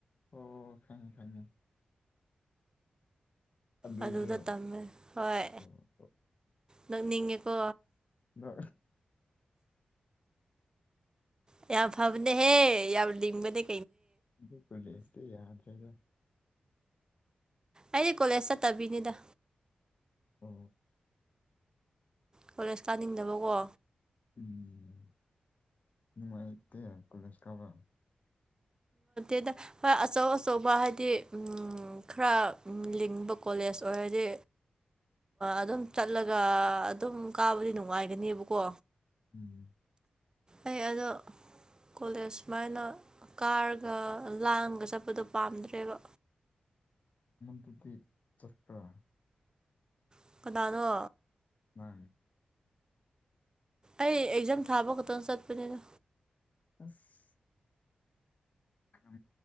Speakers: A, on the left (about 50°); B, on the right (about 25°).
A: ꯑꯣ ꯈꯪꯉꯤ ꯈꯪꯉꯤ ꯑꯗꯨꯗꯨꯔꯣ
B: ꯑꯗꯨꯗ ꯇꯝꯃꯦ ꯍꯣꯏ
A: ꯑꯣ
B: ꯅꯣꯛꯅꯤꯡꯉꯦꯀꯣ
A: ꯅ
B: ꯌꯥ ꯐꯕꯅꯦ ꯍꯦ ꯌꯥ ꯌꯥꯝ ꯂꯤꯝꯕꯅꯦ
A: ꯑꯗꯨꯗꯨ ꯀꯦꯁꯦ ꯌꯥꯗ꯭ꯔꯦꯗ
B: ꯑꯩꯗꯤ ꯀꯣꯂꯦꯖ ꯆꯠꯇꯕꯤꯅꯤꯗ
A: ꯑ
B: ꯀꯣꯂꯦꯖ ꯇꯥꯅꯤꯡꯗꯕꯀꯣ
A: ꯎꯝ ꯅꯨꯡꯉꯥꯏꯇꯦ ꯀꯣꯂꯦꯖꯀꯕ
B: ꯦꯗ ꯍꯣꯏ ꯑꯆꯧ ꯑꯆꯧꯕ ꯍꯥꯏꯗꯤ ꯎ ꯈꯔ ꯂꯤꯡꯕ ꯀꯣꯂ ꯁ ꯑꯣꯏꯗꯤ ꯑꯗꯨꯝ ꯆꯠꯂꯒ ꯑꯗꯨꯝ ꯀꯥꯕꯨꯗꯤ ꯅꯨꯡꯉꯥꯏꯒꯅꯦꯕꯀꯣ
A: ꯎꯝ
B: ꯑꯩ ꯑꯗꯣ ꯀꯣꯂꯦꯖ ꯁꯨꯃꯥꯏꯅ ꯀꯥꯔꯒ ꯂꯥꯡꯒ ꯆꯠꯄꯗꯣ ꯄꯥꯝꯗ꯭ꯔꯦꯕ
A: ꯗꯨꯗꯤ ꯆꯠꯄ꯭ꯔꯥ
B: ꯀꯈꯗꯥꯅꯣ
A: ꯃꯥ
B: ꯑꯩ ꯑꯦꯛꯖꯥꯝ ꯊꯥꯕ ꯈꯛꯇꯪ ꯆꯠꯄꯅꯤꯅ
A: ꯑꯁ ꯎ